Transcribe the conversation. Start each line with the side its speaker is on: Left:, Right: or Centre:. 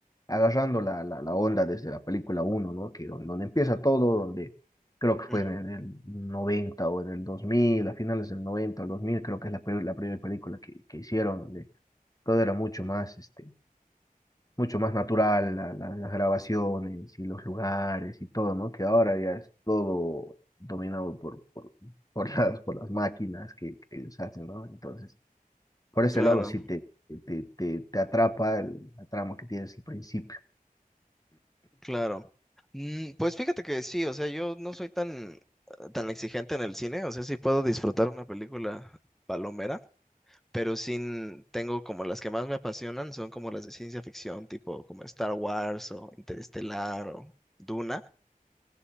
Left: agarrando la, la, la onda desde la película uno ¿no? Que don- donde, empieza todo, donde creo que fue
Centre: Mm,
Left: en el noventa o en el dos mil a finales del 90 o 2000 creo que es la, pe- la primera película que, que hicieron, donde todo era mucho más, este mucho más natural la- la- las grabaciones y los lugares y todo, ¿no? Que ahora ya es todo dominado por, por, <laughs> por las, por las máquinas que, que ellos hacen, ¿no? Entonces, por ese
Centre: claro.
Left: lado sí te, te, te, te atrapa el, la trama que tienes al principio.
Centre: Claro. Mm, pues fíjate que sí, o sea, yo no soy tan, tan exigente en el cine, o sea, sí puedo disfrutar una película palomera, pero sin, tengo como las que más me apasionan son como las de ciencia ficción, tipo como Star Wars o Interestelar o Duna,